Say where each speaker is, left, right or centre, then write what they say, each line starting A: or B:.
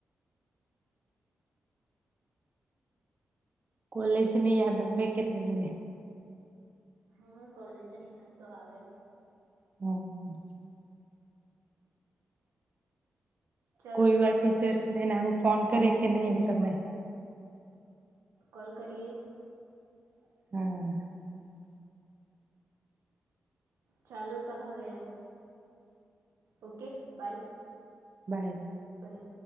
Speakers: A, on the right; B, on the right.
A: કોલેજ ને યાદ આવે કે તમને
B: હા કોલેજની યાદ તો આવે
A: <inaudible>
B: ચાલો
A: કોઈવા
B: તો
A: ટીચર્સ નને નાું ફોન કરે કે નહી તમે
B: કોલ કરીએ
A: <inaudible>
B: ચાલુ તો હવે ઓકે બાય
A: બાય.
B: બાય